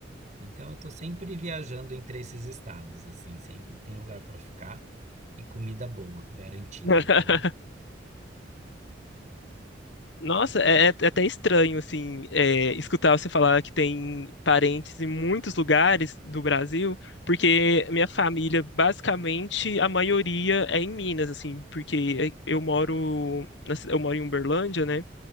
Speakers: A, on the right; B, on the left.
A: Então, eu estou sempre viajando entre esses estados, assim. Sempre tem lugar para ficar e comida boa, garantida.
B: <laughs>
A: Então,
B: Nossa, é, é é até estranho, assim, é, escutar você falar que tem parentes em muitos lugares do Brasil, porque minha família, basicamente, a maioria é em Minas, assim, porque eu moro, na ci- eu moro em Uberlândia, né?